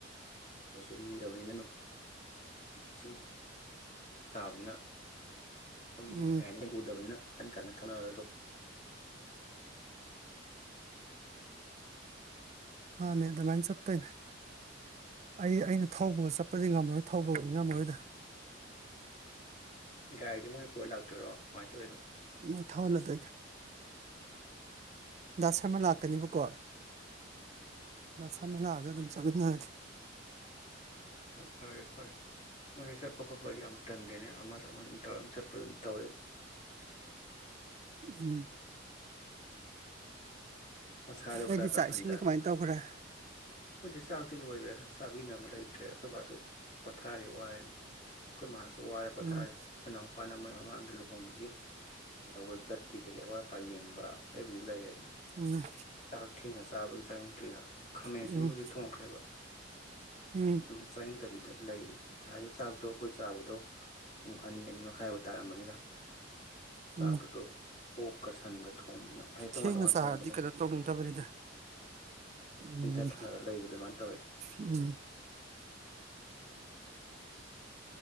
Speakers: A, on the left; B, on the right.
A: ꯁꯨꯝ ꯏꯟꯗꯕꯅꯤꯅ ꯅꯣꯡ ꯁꯨꯝ ꯇꯥꯕꯅ ꯑꯝ
B: ꯎꯝ
A: ꯀꯩ ꯍꯥꯏꯅꯤ ꯎꯗꯕꯅꯤꯅ ꯀꯟꯅ ꯀꯟꯅ ꯊꯧꯅ ꯑꯁꯨꯝ
B: ꯃꯥꯅꯦ ꯑꯗꯨꯃꯥꯏꯅ ꯆꯠꯇꯣꯏꯅꯦ ꯑꯩ ꯑꯩꯅ ꯊꯧꯕꯒ ꯆꯠꯄꯗꯤ ꯉꯝꯃꯔꯣꯏ ꯊꯧꯕꯒꯗꯤ ꯉꯝꯃꯔꯣꯏꯗ
A: ꯒꯥꯔꯤꯗꯤ ꯃꯣꯏꯅ ꯄꯨꯔ ꯂꯥꯛꯇꯣꯏꯔꯣ ꯀꯃꯥꯏꯅ ꯇꯧꯔꯤꯅꯣ
B: ꯃꯣꯏ ꯊꯧꯍꯜꯂꯛꯇꯣꯏꯅꯤ ꯗꯥ ꯁꯔꯃ ꯂꯥꯛꯀꯅꯤꯕꯀꯣ ꯅꯁ ꯑꯃ ꯂꯥꯛꯑꯒ ꯑꯗꯨꯝ ꯆꯒꯠꯅꯔꯒꯦ
A: ꯍꯣꯏ ꯐꯔꯦ ꯐꯔꯦ ꯃꯣꯏ ꯆꯠꯄ ꯈꯣꯠꯄꯗꯤ ꯌꯥꯝ ꯇꯟꯗꯦꯅꯦ ꯑꯃꯁꯨ ꯑꯃꯁꯨ ꯑꯗꯨꯝ ꯇꯧꯔ ꯆꯠꯄ ꯑꯗꯨꯝ ꯇꯧꯋꯦꯕ
B: ꯎꯨꯝ
A: ꯃꯁꯥꯗꯣ
B: ꯅꯣꯏꯗꯤ
A: ꯈꯔ ꯈꯔ
B: ꯆꯥꯛ
A: ꯍꯟꯊ
B: ꯏꯁꯤꯡꯗꯤ ꯀꯃꯥꯏꯅ ꯇꯧꯈ꯭ꯔꯦ
A: ꯑꯩꯈꯣꯏꯗꯤ ꯆꯥꯛꯇꯤ ꯂꯣꯏꯈ꯭ꯔꯦꯅ ꯆꯥꯕꯤꯅꯕ ꯂꯩꯇ꯭ꯔꯦ ꯑꯩꯈꯣꯏꯕꯥꯁꯨ ꯄꯣꯊꯥꯔꯤ ꯋꯥꯔꯦꯅ ꯑꯩꯈꯣꯏ ꯃꯥꯁꯨ ꯋꯥꯔꯦ ꯄꯣꯊꯥꯔꯦ
B: ꯎꯝ
A: ꯑꯩꯈꯣꯏ ꯏꯅꯥꯎꯄꯥꯅ ꯃꯣꯏ ꯃꯃꯥꯡꯗ ꯂꯨꯍꯣꯡꯕꯒꯤ ꯇꯧꯕ ꯆꯠꯈꯤ ꯀꯩ ꯀꯩ ꯑꯋꯥꯠ ꯑꯄꯥ ꯌꯦꯡꯕ ꯑꯩꯕꯨꯗꯤ ꯂꯩꯔꯦꯗꯅ
B: ꯎꯝ
A: ꯆꯥꯛ ꯊꯦꯡꯅ ꯆꯥꯕꯒꯤ ꯆꯥꯅꯤꯡꯗ꯭ꯔꯤꯗ ꯈꯥꯃꯦꯟꯑꯁꯤꯟꯕꯗꯤ
B: ꯎꯝ
A: ꯊꯣꯡꯈ꯭ꯔꯦꯕ
B: ꯎꯝ
A: ꯁꯨꯝ ꯆꯥꯅꯤꯡꯗꯕꯤꯗ ꯂꯩꯔꯤ ꯉꯥꯁꯥꯏꯗꯣ ꯆꯥꯛꯇꯣ ꯑꯩꯈꯣꯏꯅ ꯆꯥꯕꯗꯣ ꯄꯨꯡ ꯑꯅꯤ ꯑꯅꯤ ꯃꯈꯥꯏꯕꯨ ꯇꯥꯔꯝꯃꯅꯤꯅ
B: ꯎꯝ
A: ꯆꯥꯛꯇꯨꯁꯨ ꯑꯣꯛꯀ ꯁꯟꯒ ꯊꯣꯡꯕꯅ ꯑꯩ ꯇꯣꯉꯥꯟ
B: ꯊꯦꯡꯅ
A: ꯇꯣꯉꯥꯟ
B: ꯆꯥꯔꯗꯤ
A: ꯊꯣꯡꯕꯅ
B: ꯀꯩꯅꯣ ꯇꯧꯅꯤꯡꯗꯕꯅꯤꯗ ꯎꯝ
A: ꯏꯟꯊ ꯊꯪꯒꯠꯂ ꯂꯩꯕꯗꯣ ꯑꯗꯨꯃꯥꯏꯅ ꯇꯧꯋꯦ
B: ꯎꯝ